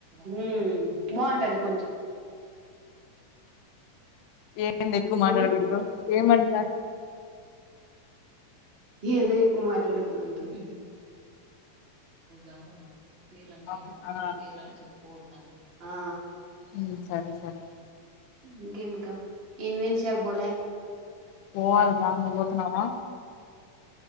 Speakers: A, on the right; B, on the left.
A: హుమ్ బావుంటది కొంచెం
B: ఏంది ఎక్కువ మాట్లాడకుడదు
A: ఆ
B: ఏమంటా?
A: ఏందో ఎక్కువ మాట్లాడొద్దు అంటుంది. దాంటున్నా పేర్లన్ని
B: అవునా
A: ఉ ఇప్పుడు పేర్లని చెప్ ఆ
B: ఊమ్ సరే సరే
A: ఇంకేందక్కా <unintelligible> బోలే
B: పోవాలి రా నువ్వు పోతున్నావా?